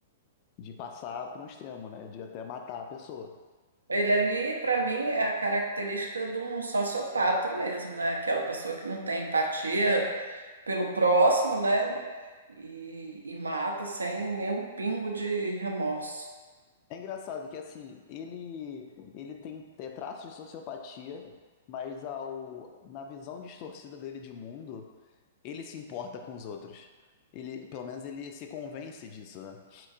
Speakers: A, on the left (about 40°); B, on the right (about 80°).
A: de passar para um extremo, né? De até matar a pessoa.
B: Ele ali, para mim, é a característica de um sociopata mesmo, né? Aquela pessoa que não tem empatia pelo próximo, né? E, e mata sem nenhum pingo de remorso.
A: É engraçado que assim, ele ele tem é, traços de sociopatia, mas ao na visão distorcida dele de mundo, ele se importa com os outros. Ele, pelo menos ele se convence disso, né?